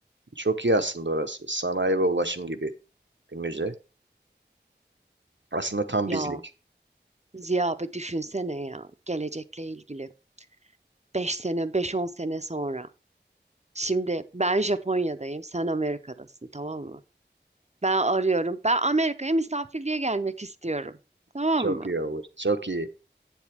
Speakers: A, on the right (about 80°); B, on the right (about 35°).
A: Çok iyi aslında orası. Sanayi ve ulaşım gibi bir müze. Aslında tam
B: Ya
A: bizlik.
B: Ziya bir düşünsene ya. Gelecekle ilgili. beş sene, beş on sene sonra. Şimdi ben Japonya'dayım, sen Amerika'dasın, tamam mı? Ben arıyorum. Ben Amerika'ya misafirliğe gelmek istiyorum. Tamam
A: Çok iyi olur. Çok iyi.